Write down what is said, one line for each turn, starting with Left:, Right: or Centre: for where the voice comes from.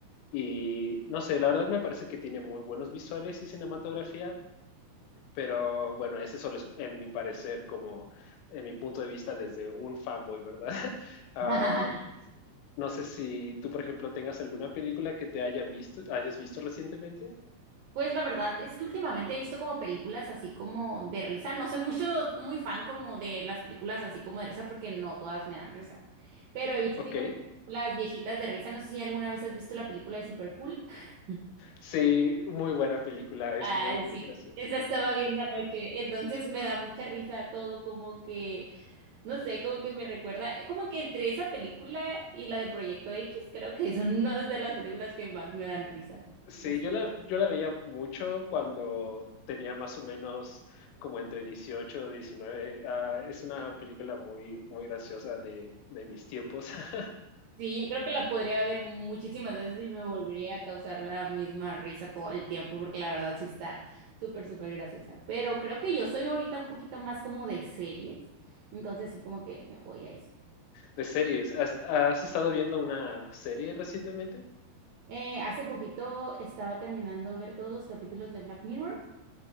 Left: y no sé, la verdad me parece que tiene muy buenos visuales y cinematografía, pero bueno, ese solo es en mi parecer como en mi punto de vista desde un fanboy, ¿verdad? <laughs> Ah,
Right: <laughs>
Left: no sé si tú, por ejemplo, tengas alguna película que te haya visto, hayas visto recientemente.
Right: Pues la verdad es que últimamente he visto como películas así como de risa. No soy mucho, muy fan como de las películas así como de risa porque no todas me dan risa. Pero he visto
Left: Ok.
Right: así como las viejitas de risa. No sé si alguna vez has visto la película de Super Cool. <laughs>
Left: Sí, muy buena película, es
Right: Ah,
Left: muy
Right: sí,
Left: graciosa.
Right: esa estaba viendo anoche, entonces me da mucha risa todo como que No sé, como que me recuerda, eh, como que entre esa película y la de Proyecto X, creo que <laughs> son una de las películas que más me dan risa.
Left: Sí,
Right: Este,
Left: yo la, yo la veía mucho cuando tenía más o menos como entre 18 y 19. Ah, es una película muy, muy graciosa de, de mis tiempos <laughs>
Right: Sí, yo creo que la podría ver muchísimas veces y me volvería a causar la misma risa todo el tiempo, porque la verdad sí está súper, súper graciosa. Pero creo que yo soy ahorita un poquito más como de series, entonces sí como que me voy a eso.
Left: de series. ¿Has, has estado viendo una serie recientemente?
Right: Eh, hace poquito estaba terminando ver todos los capítulos de Black Mirror.